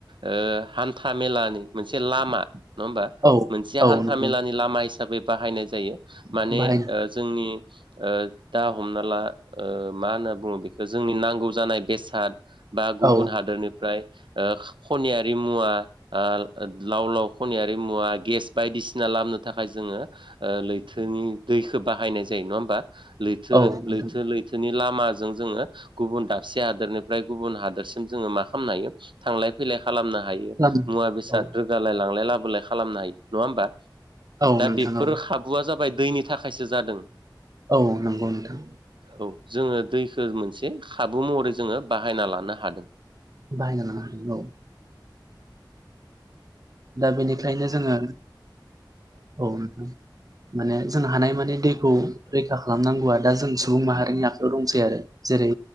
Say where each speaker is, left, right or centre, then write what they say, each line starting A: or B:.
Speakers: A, on the right; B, on the right.
A: ओ हान्था मेलानि मोनसे लामा नङा होमबा
B: औ
A: मोनसे
B: औ
A: हान्था
B: नंगौ
A: मेलानि लामा हिसाबै बाहायनाय जायो माने
B: बाहायनो
A: उम ओ दा हमना ला ओ मा होनना बुङो बेखौ जोंनि नांगौ जानाय बेसाद। बा गुबुन
B: औ
A: हादोरनिफ्राय ओ खनियारि मुवा ओ लाव लाव खनियारि मुवा गेस बायदिसिना खालामनो थाखाय जोङो ओ लैथोनि दैखौ बाहायनाय जायो नङा होमबा लैथो
B: औ नोंथां
A: लैथो लैथोनि लाम माजों जोङो गुबुन दाबसे हादोरनिफ्राय गुबुन हादोरसिम जोङो मा खालामनो हायो थांलाय फैलाय खालामनो हायो
B: खालाम
A: मुवा बेसाद
B: औ
A: रोगालाय लांलाय लाबोलाय खालामनो हायो नङा होमबा?
B: औ
A: दा
B: नोंथां
A: बेफोर
B: औ
A: खाबुआ जाबाय दैनि थाखायसो जादों।
B: औ नंगौ नोंथां।
A: औ जोङो दैखो मोनसे खाबु महरै जोङो बाहायना लानो हादों।
B: बाहायना लानो हादों औ। दा बेनिखायनो जोङो औ नोंथां । माने जों हानाय मानि दैखौ रैखा खालामनांगौआ दा जों सुबुं माहारिनि आखाइयाव दंसै आरो। जेरै